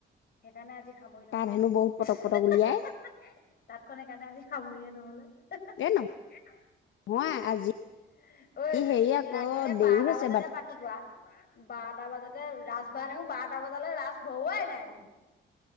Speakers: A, on the left; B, on the left.
A: সেইকাৰণে আজি সামৰি নহ'লে
B: তাত হেনো বহুত পটক
A: তাঁতখন
B: পটক উলিয়াই
A: সেই কাৰণে আজি সামৰিয়ে নহ'লে। ঐ
B: এ নহয় আজি ই হেৰি আকৌ
A: লাগিলে
B: দেৰি
A: বাৰটা
B: হৈছে
A: বজাতে বাতি কোৱা, বাৰটা বজাতে ৰাজ ভৰা দেখোন, বাৰটা বজালৈ ৰাজ ভৰোৱাই নাই দেখোন।